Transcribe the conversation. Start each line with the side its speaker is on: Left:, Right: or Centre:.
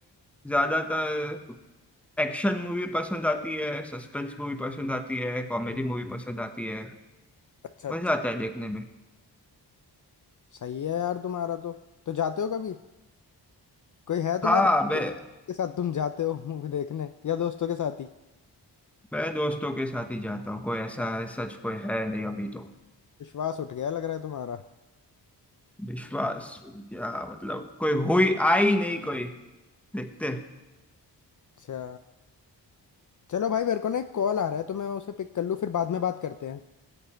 Centre: ज्यादातर एक्शन मूवी पसंद आती है सस्पेंस मूवी पसंद आती है कॉमेडी मूवी पसंद आती है
Left: अच्छा अच्छा
Centre: मजा आता है देखने में
Left: सही है यार तुम्हारा तो तो जाते हो कभी कोई है तुम्हारे
Centre: हाँ मैं
Left: के साथ तुम जाते हो मूवी देखने या दोस्तों के साथ ही
Centre: मैं दोस्तों के साथ ही जाता हूँ कोई ऐसा सच कोई है नहीं अभी तो
Left: विश्वास उठ गया लग रहा है तुम्हारा
Centre: विश्वास क्या मतलब कोई हुई आई नहीं कोई देखते हैं।
Left: अच्छा चलो भाई मेरे को ना एक कॉल आ रहा है तो मैं उसे पिक कर लूँ फिर बाद में बात करते हैं